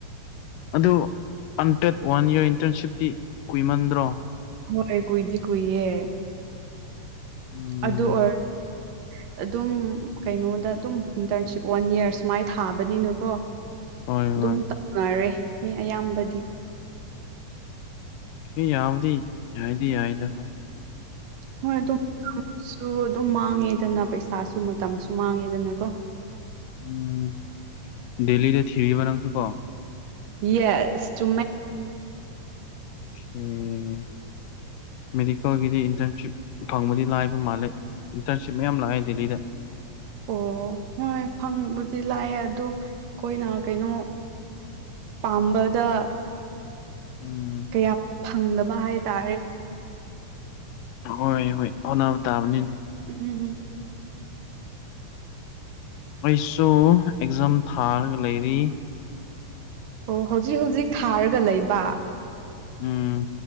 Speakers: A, on the left (about 85°); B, on the right (about 85°).
A: ꯑꯗꯨ ꯑꯟꯇꯦꯠ ꯋꯥꯟ ꯌꯌꯥꯔ ꯏꯟꯇꯔꯟꯁꯤꯞꯇꯤ ꯀꯨꯏꯃꯟꯗ꯭ꯔꯣ
B: ꯍꯣꯏ ꯀꯨꯏꯗꯤ ꯀꯨꯏꯌꯦꯦ
A: ꯎꯝ
B: ꯑꯗꯨ ꯑꯣꯏꯔ ꯑꯗꯨꯝ ꯀꯩꯅꯣꯗ ꯑꯗꯨꯝ ꯏꯟꯇꯔꯟꯁꯤꯞ ꯋꯥꯟ ꯌꯌꯥꯔ ꯁꯨꯃꯥꯏꯅ ꯊꯥꯕꯅꯤꯅꯀꯣ
A: ꯍꯣꯏ
B: ꯑꯗꯨꯝ
A: ꯍꯣꯏ
B: ꯇꯧꯅꯔꯦ ꯃꯤ ꯑꯌꯥꯝꯕꯗꯤ
A: ꯀ ꯌꯥꯕꯗꯤ ꯌꯥꯏꯗꯤ ꯌꯥꯏꯗ ꯍ
B: ꯍꯣꯏ ꯑꯗꯨ ꯑꯗꯨꯨ ꯑꯗꯨꯝ ꯃꯥꯡꯉꯦꯗꯅ ꯄꯩꯁꯥꯁꯨ ꯃꯇꯝꯁꯨ ꯃꯥꯡꯉꯦꯗꯅꯀꯣ
A: ꯎꯝ ꯗꯦꯂꯤꯗ ꯊꯤꯚ ꯅꯥꯁꯨ ꯀꯣ
B: ꯌꯦꯁ ꯇꯨ
A: ꯍꯝ
B: <unintelligible>
A: ꯃꯦꯗꯤꯀꯦꯜꯒꯤꯗꯤ ꯏꯟꯇꯔꯟꯁꯤꯞ ꯐꯪꯕꯗꯤ ꯂꯥꯏꯕ ꯃꯥꯜꯂꯦ ꯏꯟꯇꯔꯟꯁꯤꯞ ꯃꯌꯥꯝ ꯂꯥꯛꯑꯦ ꯗꯦꯜꯂꯤꯗ
B: ꯑꯣ ꯍꯣꯏ ꯐꯪꯕꯨꯗꯤ ꯂꯥꯛꯑꯦ ꯑꯗꯨ ꯑꯩꯈꯣꯏꯅ ꯀꯩꯅꯣ ꯄꯝꯕꯗ
A: ꯎꯝ
B: ꯀꯌꯥ ꯐꯪꯗꯕ ꯍꯥꯏꯇꯥꯔꯦ
A: ꯍꯣꯏ ꯍꯣꯏ ꯑꯅꯥꯕ ꯇꯥꯕꯅꯤꯅꯦ
B: ꯎꯝ ꯎꯝ ꯎꯝ
A: ꯑꯩꯁꯨ ꯑꯦꯛꯖꯥꯝ ꯊꯥꯔꯒ ꯂꯩꯔꯤ
B: ꯑꯣ ꯍꯧꯖꯤꯛ ꯍꯧꯖꯤꯛ ꯊꯥꯔꯒ ꯂꯩꯕ
A: ꯎꯝ